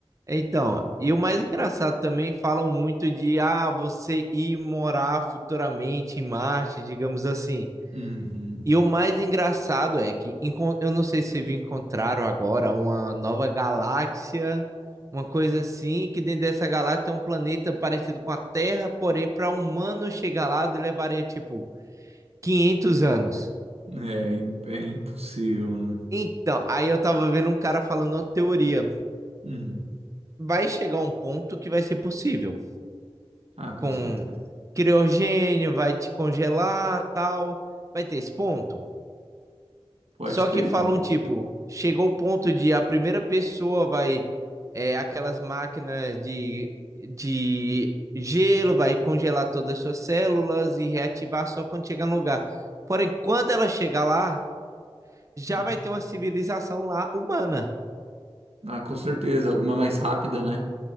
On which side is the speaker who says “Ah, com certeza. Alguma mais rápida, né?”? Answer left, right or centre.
Right